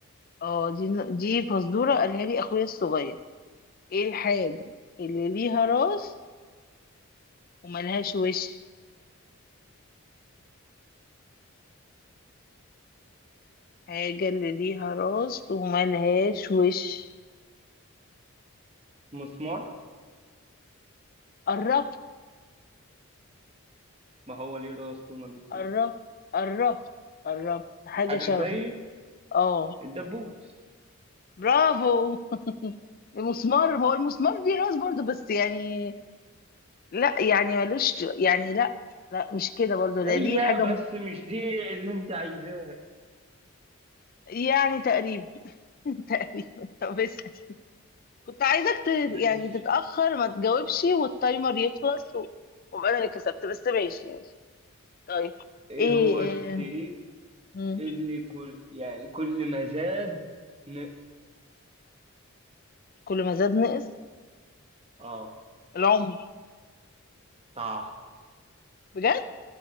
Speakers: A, on the left (about 40°); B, on the right (about 25°).
A: اه دي دي فزورة قالها لي اخويا الصغير ايه الحاجة اللي ليها راس وملهاش وش حاجة اللي ليها راس وملهاش وش
B: مسمار
A: قربت
B: ما هو ليه راس وما لهوش
A: قربت
B: وش
A: قربت قربت حاجة
B: حاجه
A: شبهه
B: زي
A: اه
B: الدبوس
A: برافو <laughs> المسمار ما هو المسمار دي راس برضه بس يعني لا يعني ملوش يعني لا لا مش كده برضو لا
B: هي
A: دي حاجة
B: بس
A: م-
B: مش دي اللي انت عايزاها
A: يعني تقريبا <laughs> تقريبا طب اسأل كنت عايزك ت...
B: ماشي
A: يعني تتأخر ما تجاوبش والتايمر يخلص و... وابقى انا اللي كسبت بس ماشي يعني طيب
B: ايه
A: ايه,
B: هو الشيء
A: إيه... مم.
B: اللي كل يعني كل ما زاد ن...
A: كل ما زاد نقص
B: اه
A: العمر
B: صح
A: بجد